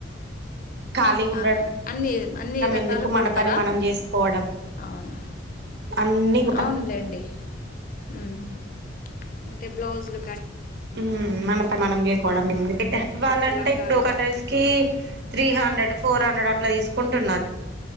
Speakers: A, on the right; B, on the left.
A: ఖాళీగా ఉండడం
B: అహా అన్నీ అన్నీ రకాల
A: ఎందుకు
B: కుడతారా
A: మన పని మనం చేసుకోవడం
B: అవును
A: అన్ని కూడా
B: అవునులేండి ఉమ్ హూ అంటే బ్లౌస్లు
A: ఉమ్ మన పని మనం చేసుకోవడం ఏముంది బిడ్డా ఇవ్వాలంటే
B: పట్టు లంగాలు.
A: ఇప్పుడు ఒక డ్రస్ కి త్రీ హండ్రెడ్ ఫోర్ హండ్రెడ్ అట్లా తీసుకుంటున్నారు